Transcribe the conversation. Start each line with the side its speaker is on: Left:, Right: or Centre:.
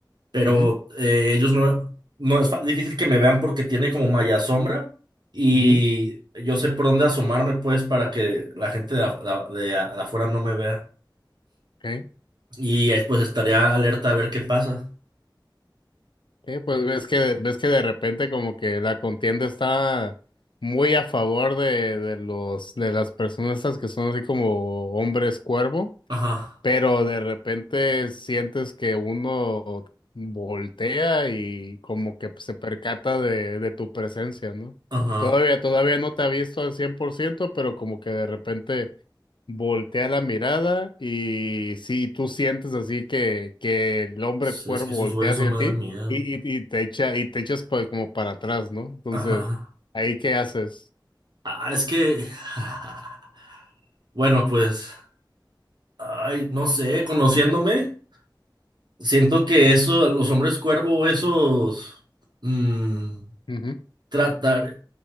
Right: pero
Left: ujú,
Right: eh, ellos no, no es fa- difícil que me vean porque tiene como malla sombra y
Left: ujú,
Right: yo sé por dónde asomarme pues para que la gente de, af- de a- de a- de afuera no me vea
Left: ok.
Right: y eh, pues estaría alerta a ver qué pasa.
Left: Eh, pues ves que, ves que de repente como que la contienda está muy a favor de, de los, de las personas estas que son así como hombres cuervo
Right: Ajá.
Left: pero de repente sientes que uno voltea y como que se percata de, de tu presencia, ¿no?
Right: Ajá.
Left: Todavía, todavía no te ha visto al 100%, pero como que de repente voltea la mirada y sí, tú sientes así que, que el hombre
Right: Sí,
Left: cuervo
Right: Es que esos
Left: voltea
Right: güeyes
Left: hacia
Right: no me
Left: ti
Right: dan miedo.
Left: y, y, y te echa, y te echas pues como para atrás, ¿no? Entonces,
Right: Ajá.
Left: ¿ahí qué haces?
Right: Ah, es que. <laughs> Bueno, pues. Ay, no sé, conociéndome, siento que eso, los hombres cuervo, esos. mm,
Left: Ujú.
Right: tratar.